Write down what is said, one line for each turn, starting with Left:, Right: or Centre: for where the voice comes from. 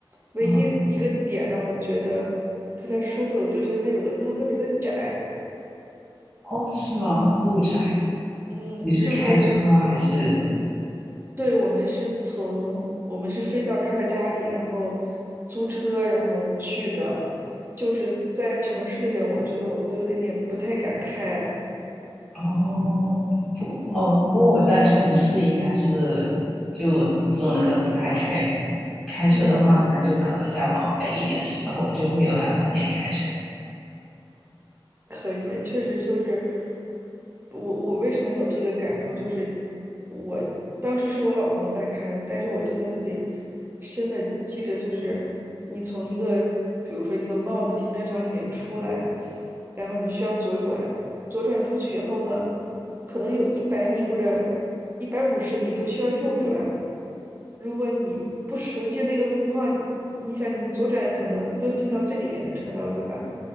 Right: 唯一一个点让我觉得不太舒服的，
Centre: 啊
Right: 我就觉得它有的路特别的窄。
Centre: 哦，是吗？路窄，
Right: 嗯，
Centre: 你是开车还是？
Right: 就是对我们是从我们是飞到卡尔加里，然后租车，然后去的，就是在城市里边，我觉得我都有点点不太敢开。
Centre: 哦，不过哦，不过我在城市应该是就坐那个 SkyTrain，开车的话，
Right: 嗯，
Centre: 应该就可能再往北一点的时候，就会有两三天开车。
Right: 可以，确实就是我我为什么有这个感触，就是我当时是我老公在开，但是我真的特别深的记着，就是你从一个比如说一个 m a 的停车场里边出来，然后你需要左转，左转出去以后呢，可能有一百米或者一百五十米就需要右转，如果你不熟悉那个路况，你想你左转可能都进到最里边的车道，对吧？